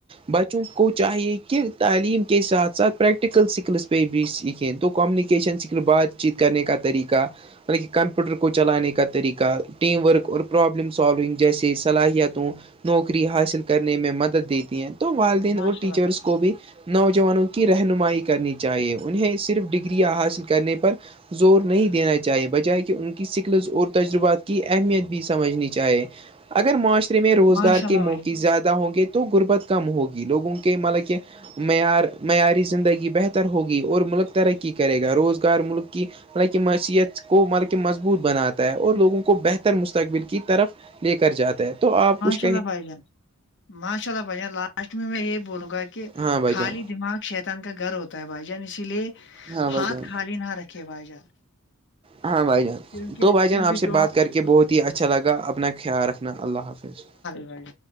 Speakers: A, on the right; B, on the left.
A: بچوں کو چاہیے کہ تعلیم کے ساتھ ساتھ پرییکٹکل سکلس پہ بھی یقین کمیونیکیشن سے بات چیت کرنے کا طریقہ مطلب کہ کمپیوٹر کو چلانے کا طریقہ ٹیم ورک اور پرابلم سالونگ جیسے صلاحیتوں نوکری حاصل کرنے میں مدد دیتی ہیں تو والدین
B: ماشاء
A: اور ٹیچرس
B: اللہ بھائی جان
A: کو بھی نوجوانوں کی رہنمائی کرنی چاہیے انہیں صرف ڈگریاں حاصل کرنے پر زور نہیں دینا چاہیے بجائے کہ ان کی سکلس اور تجربات کی اہمیت بھی سمجھنی چاہے اگر معاشرے میں روزگار
B: ماشاء
A: کے
B: اللہ
A: موقعز
B: بھائی جان
A: زیادہ ہوں گے تو غربت کم ہوگی لوگوں کے مطلب کہ معیار معیاری زندگی بہتر ہوگی اور ملک ترقی کرے گا روز کار ملک کی حالانکہ معصیت کو ملک مضبوط بناتا ہے اور لوگوں کو بہتر مستقبل کی طرف لے کر جاتا ہے تو آپ اس
B: ماشء اللہ بھائی جان ماشاء اللہ بھائی جان لاسٹ میں میں یہ بولوں گا کہ کہ
A: ہاں بھائی
B: خالی
A: جان
B: دماغ شیتان کا گھر ہوتا ہے بھائی جان اسی لیے
A: ہاں بھائی
B: ہاتھ
A: جان
B: خالی نہ رکھ کے بھ جان
A: ہاں بھائی جان
B: کیونکہ
A: تو بھائی جان
B: کیونکہ
A: آپ سے
B: جو
A: بات
B: اللہ
A: کر کے بہت ہی اچھا لگا اپنا خیال رکھنا اللہ حافظ
B: بھائی جان۔